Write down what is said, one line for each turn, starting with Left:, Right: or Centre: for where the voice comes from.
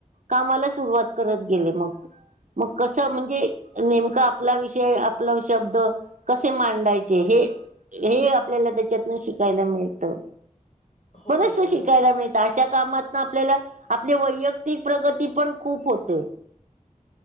Right: कामाला सुरुवात करत गेले मग. मग कसं म्हणजे नेमकं आपला विषय, आपलं शब्द कसे मांडायचे? हे, हे आपल्याला त्या त्याच्यातन शिकायला मिळतं.
Left: हो
Right: <inaudible> बरंच
Left: बरोबर
Right: शिकायला
Left: आहे.
Right: मिळत अशा कामात आपल्याला, आपली वैयक्तिक प्रगती पण खूप होते.